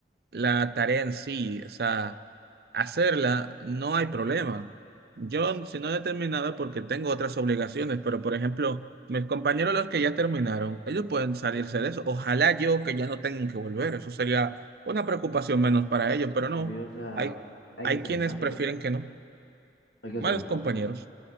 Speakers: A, on the right (about 60°); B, on the left (about 75°).
A: la tarea en sí. O sea, hacerla no hay problema. Yo, si no he terminado, porque tengo otras obligaciones, pero por ejemplo, mis compañeros los que ya terminaron, ellos pueden salirse de eso. Ojalá yo que ya no tengan que volver. Eso sería una preocupación menos para ellos, pero
B: Obvio,
A: no.
B: o sea,
A: Hay
B: hay
A: hay
B: que ser
A: quienes
B: empáticos,
A: prefieren que no.
B: hay que ser
A: Malos
B: empáticos,
A: compañeros.